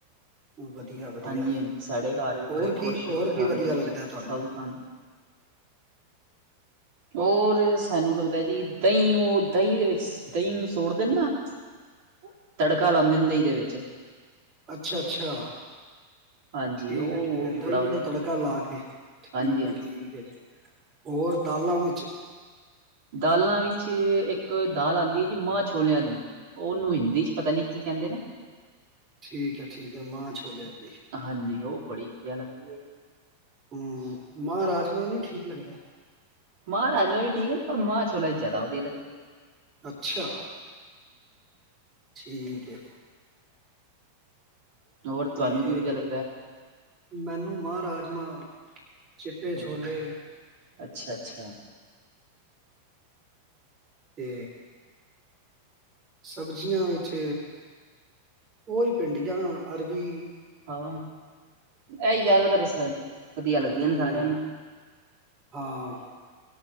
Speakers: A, on the right; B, on the right.
A: ਵਧੀਆ। ਵਧੀਆ
B: ਹਾਂਜੀ-ਹਾਂਜੀ ਸਾਡੇ ਘਰ ਵੀ
A: ਹੋਰ
B: ਬੜੇ ਖੁਸ਼
A: ਕੀ ਹੋਰ
B: ਹੋਕੇ ਖਾਂਦੇ
A: ਕੀ ਵਧੀਆ
B: ਨੇ
A: ਲੱਗਦਾ
B: ਜੀ
A: ਤੁਹਾਨੂੰ
B: ਸਭ ਖਾਂਦੇ। ਔਰ ਸਾਨੂੰ ਲੱਗਦਾ ਜੀ ਓਹ ਦਹੀਂ ਦੇ ਵਿੱਚ, ਦਹੀਂ ਨੂੰ ਸੋੜ ਦੇ ਨਾ। ਓ ਤੜਕਾ ਲਾੰਦੇ ਨੇ ਦਈ ਦੇ ਵਿਚ।
A: ਅੱਛਾ-ਅੱਛਾ।
B: ਹਾਂਜੀ
A: ਠੀਕ
B: ਉਹ
A: ਹੈ
B: ਉਹ
A: ਠੀਕ ਹੈ,
B: ਵੀ
A: ਦਹੀਂ
B: ਬੜਾ ਵਧੀਆ
A: ਨੂੰ
B: ਲੱਗਦਾ
A: ਤੜਕਾ
B: ਜੀ
A: ਲਾ ਕੇ ਠੀਕ
B: ਹਾਂਜੀ
A: ਹੈ,
B: ਹਾਂਜੀ
A: ਠੀਕ ਹੈ ਜੀ। ਹੋਰ ਦਾਲਾਂ ਵਿੱਚ।
B: ਦਾਲਾਂ ਵਿੱਚ ਇੱਕ ਦਾਲ ਆੰਦੀ ਏ ਜੀ ਮਾਂ-ਛੋਲਿਆਂ ਦੀ। ਓਹਨੂੰ ਹਿੰਦੀ ਚ ਪਤਾ ਨੀ ਕੀ ਕਹਿੰਦੇ ਨੇ।
A: ਠੀਕ ਹੈ ਠੀਕ ਹੈ, ਮਾਂ-ਛੋਲਿਆਂ ਦੀ।
B: ਹਾਂਜੀ, ਉਹ ਬੜੀ, ਵਧੀਆ ਲੱਗਦੀ ਹੈ ਜੀ।
A: ਹੂੰ,, ਮਾਂ-ਰਾਜਮਾ ਨੀ, ਠੀਕ ਲੱਗਦੇ?
B: ਮਾਂ-ਰਾਜਮਾਂ ਵੀ ਠੀਕ ਅ ਨ, ਪਰ ਮਾਂ-ਛੋਲਿਆਂ ਦੀ ਜਿਆਦਾ ਵਧੀਆ ਲਗਦੀ ਏ।
A: ਅੱਛਾ, ਠੀਕ ਏ।
B: ਹੋਰ
A: ਤੇ,
B: ਤੁਹਾਨੂੰ ਕੀ ਵਧੀਆ ਲੱਗਦਾ ਹੈ?
A: ਮੈਨੂੰ ਮਾਂ-ਰਾਜਮਾਂ, ਚਿੱਟੇ ਛੋਲੇ।
B: ਅੱਛਾ-ਅੱਛਾ।
A: ਤੇ ਸਬਜ਼ੀਆਂ ਵਿੱਚ, ਉਹੀ ਭਿੰਡੀਆਂ, ਅਰਬੀ।
B: ਹਾਂ, ਐਹੀ ਜਿਆਦਾਤਰ, ਰਸ ਵਧੀਆ ਲੱਗਦੀਆਂ
A: ਹਮ,
B: ਨੇ ਸਾਰਿਆਂ ਨੂੰ।
A: ਹਾਂ,